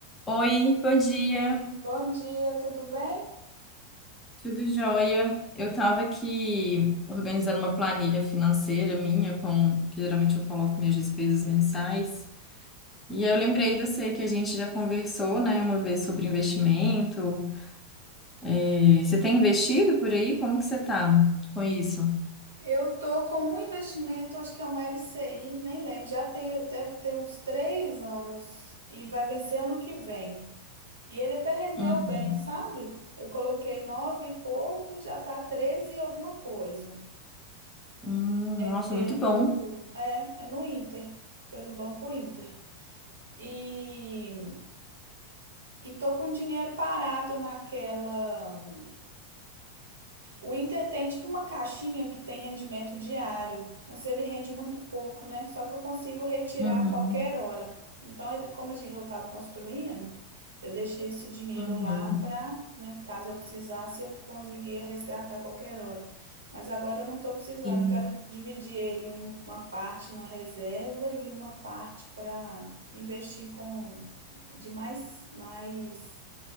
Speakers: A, on the left; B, on the right.
A: Oi, bom dia,
B: Bom dia, tudo bem?
A: tudo jóia? Eu estava aqui organizando uma planilha financeira minha, com que geralmente eu coloco minhas despesas mensais. E aí eu lembrei de você que a gente já conversou, né, uma vez sobre investimento. É, você tem investido por aí? Como que você tá com isso?
B: Eu tô com um investimento, acho que é um LCI, nem lembro, já tem, deve ter uns três anos e vai vencer ano que vem. E ele até rendeu
A: Uhum.
B: bem, sabe? Eu coloquei nove e pouco, já tá 13 e alguma coisa.
A: Hum,
B: É
A: nossa,
B: pelo,
A: muito bom.
B: é, é no Inter, pelo Banco Inter. E, e tô com dinheiro parado naquela. O Inter tem tipo uma caixinha que tem rendimento diário, mas ele rende muito pouco, né? Só que eu consigo retirar
A: Uhum.
B: a qualquer hora. Então, ele, como a gen- eu estava construindo, eu deixei esse dinheiro
A: Uhum.
B: lá para, né, caso eu precisasse, eu conseguia resgatar a qualquer hora. Mas agora eu não estou precisando,
A: Sim.
B: eu quero dividir ele em um- uma parte na reserva e uma parte para investir com de mais, mais